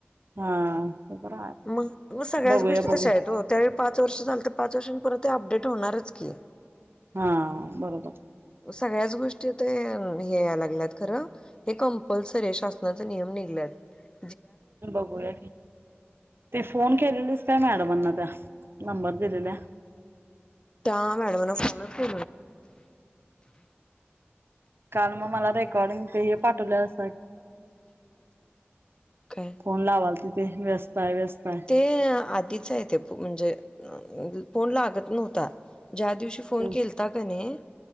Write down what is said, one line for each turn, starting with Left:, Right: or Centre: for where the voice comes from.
Right: हा ते पण आहे.
Left: मग मग सगळ्याच
Right: बघूया
Left: गोष्टी
Right: बघूया
Left: तशा आहेत ओ त्यावेळी पाच पाच वर्ष झाल तर पाच वर्षान परत ते अपडेट होणारच की
Right: हा बरोबर
Left: सगळ्याच गोष्टी ते हे याय लागल्यात खरं हे कंपल्सरी शासनाचा नियम निघालाय <inaudible>
Right: बघूया ते फोन केलेलेच त्या मॅडमांना <unintelligible> नंबर दिलेला.
Left: त्या मॅडमना फोनच <unintelligible>
Right: काल मग मला रेकॉर्डिंग ते हे <unintelligible>
Left: काय?
Right: फोन लावाल तिथे व्यस्त आहे व्यस्त आहे.
Left: ते आधीच आहे ते म्हणजे फोन ला लागत नव्हता ज्या दिवशी फोन
Right: हम्म
Left: केलता की नाय